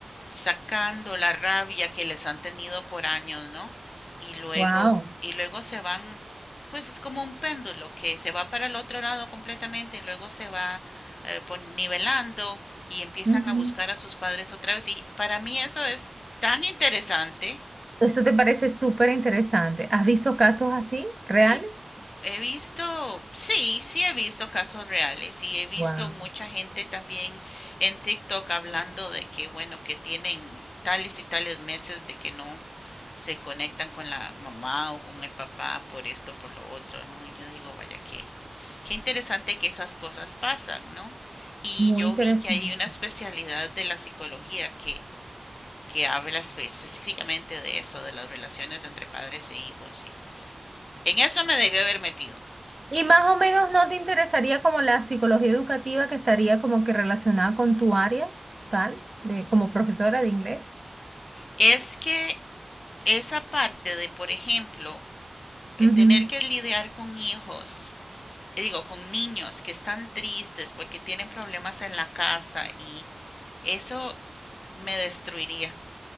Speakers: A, on the left; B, on the right.
A: sacando la rabia que les han tenido por años, ¿no? Y luego,
B: wow.
A: y luego se van, pues es como un péndulo que se va para el otro lado completamente y luego se va eh, pon- nivelando y empiezan
B: Ujú.
A: a buscar a sus padres otra vez. Y para mí eso es tan interesante.
B: Eso te parece súper interesante. ¿Has visto casos así, reales?
A: Eh, He visto, sí, sí he visto casos reales y he visto
B: Wow.
A: mucha gente también en TikTok hablando de que, bueno, que tienen tales y tales meses de que no se conectan con la mamá o con el papá por esto, por lo otro, ¿no? Y yo digo, vaya, qué, qué interesante que esas cosas pasan, ¿no? Y
B: Muy
A: yo
B: interesante.
A: vi que hay una especialidad de la psicología que, que habla espe- específicamente de eso, de las relaciones entre padres e hijos. Y en eso me debió haber metido,
B: Y
A: pues.
B: más o menos no te interesaría como la psicología educativa que estaría como que relacionada con tu área, tal, de, como profesora de inglés.
A: Es que esa parte de, por ejemplo, eh,
B: Ujú.
A: tener que lidiar con hijos, eh, digo, con niños que están tristes porque tienen problemas en la casa y Eso me destruiría.